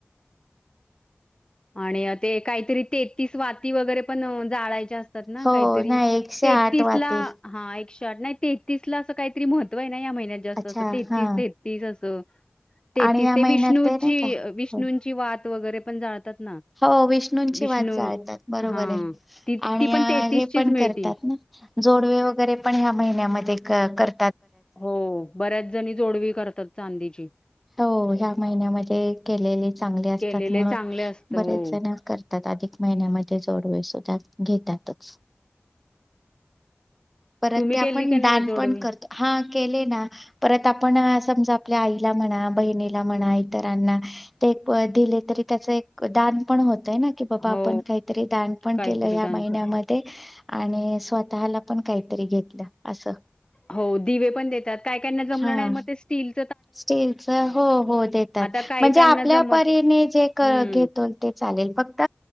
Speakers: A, on the left (about 20°); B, in the centre.
A: आणि अ ते काहीतरी ते तीस वाती वगैरे पण अ जाळाय ते असतात ना
B: हो
A: काहीतरी
B: नाही एकशे
A: ते
B: आठ
A: तिथला
B: वाती
A: हा एक ज्या शॉट नाही तेहतीस ला असं काहीतरी महत्व आहे. नाही ह्या महिन्यात जास्त
B: अच्छा
A: अस तेतीस,
B: हा
A: तेतीस अस तेतीस
B: आणि या
A: ते
B: महिन्यात
A: विष्णूची,
B: ते नाही का
A: विष्णूंची
B: हो
A: वात वगैरे पण जाळतात ना
B: हो विष्णूंची
A: विष्णू
B: वात जाळतात बरोबर
A: हा
B: आहे
A: ती
B: आणि
A: ती पण
B: अ
A: तेहतीसचीच
B: हे पण
A: मिळती.
B: करतात ना जोडवे वगैरे पण ह्या महिन्यामध्ये क कर
A: हो बऱ्याच जणी जोडवी करतात. चांदीची
B: हो ह्या महिन्यामध्ये केलेले चांगले असतात
A: केलेले
B: म्हणून
A: चांगले असत
B: बरेच
A: हो.
B: जण कर त्यात अधिक महिन्यामध्ये जोडवेे सुद्धा घेतातच. <inaudible> परत
A: तुम्ही
B: ते
A: केली
B: आपण
A: का नाही
B: दान
A: जोडवी
B: पण करतो हा केले ना. परत आपण समजा आपल्या आईला म्हणा बहिनीला म्हणा इतरांना ते एक प दिले तरी त्याच एक दान पण हो काही ना की बाबा
A: हो
B: आपण काहीतरी दान पण
A: काहीतरी
B: केलय या
A: दान
B: महिन्यामध्ये
A: करत.
B: आणि स्वतःला पण काहीतरी घेतलं असं.
A: हो दिवे पण देतात काय काय ना जमलं
B: हा
A: नाही म ते स्टील
B: स्टीलच हो हो देतात.
A: आता काही
B: म्हणजे
A: काहीना
B: आपल्या
A: जमत
B: परीने जे क
A: हम्म
B: घेतल ते चालेल फक्त